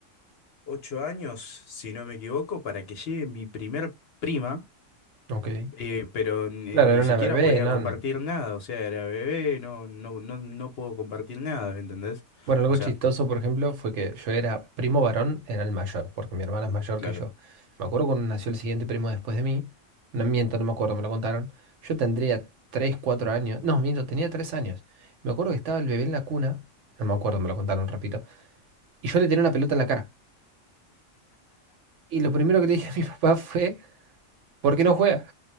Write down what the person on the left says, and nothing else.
ocho años, si no me equivoco, para que llegue mi primer prima.
Eh, pero ni,
ni
siquiera
podía
compartir nada, o sea, era bebé, no, no, no, no puedo compartir nada, ¿me entendés?
O sea,
claro,